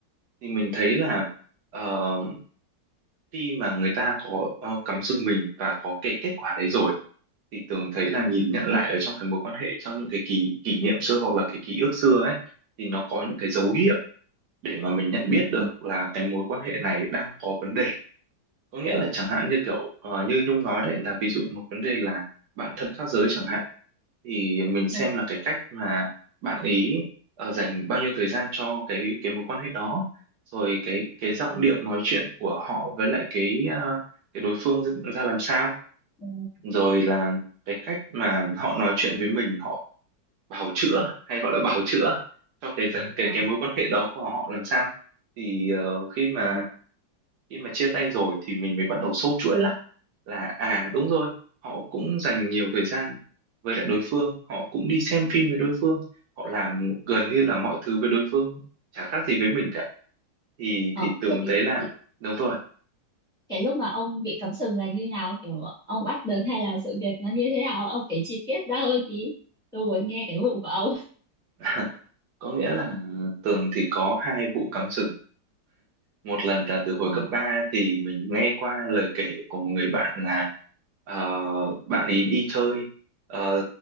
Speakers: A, on the right; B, in the centre.
A: thì mình thấy là ờ, khi mà người ta có ờ, cắm sừng mình và có cái kết quả đấy rồi thì Tường thấy là
B: Ừ.
A: nhìn nhận lại ở trong cái mối quan hệ trong những cái kỷ kỷ niệm xưa hoặc là cái ký ức xưa ấy thì nó có những cái dấu hiệu để mà mình nhận biết được
B: Ừ.
A: là cái mối quan hệ này đang có vấn đề có nghĩa là chẳng hạn như kiểu ờ, như Nhung nói đấy là ví dụ một vấn đề là bạn thân khác giới chẳng hạn thì mình
B: Ừ.
A: xem là cái cách mà bạn ý ờ, dành bao nhiêu thời gian cho cái cái mối quan hệ đó rồi cái cái giọng điệu nói chuyện của họ với lại cái ờ, cái đối phương ra ra làm sao
B: Ừ.
A: rồi là cái cách mà họ nói chuyện với mình họ bào chữa hay gọi là bào chữa cho cái cái
B: Ờ.
A: cái mối quan hệ đó của họ làm sao thì ờ, khi mà
B: Ờ.
A: khi mà chia tay rồi thì mình mới bắt đầu sâu chuỗi lại là à đúng rồi họ cũng dành nhiều thời gian với lại đối phương họ cũng đi xem phim với đối phương họ làm gần như là mọi thứ với đối phương chả khác gì với mình cả thì
B: Ờ.
A: thì Tường
B: Thế vì,
A: thấy là
B: vì
A: đúng rồi
B: cái lúc mà ông bị cắm sừng là như nào kiểu ông bắt được hay là sự việc nó như thế nào ông kể chi tiết ra hơn tí tôi muốn nghe cái vụ của ông
A: <laughs> có nghĩa là Tường thì có hai vụ cắm sừng một lần là từ hồi
B: <laughs>
A: cấp
B: ờ
A: ba thì mình nghe qua lời kể của một người bạn là ờ, bạn ấy đi chơi ờ,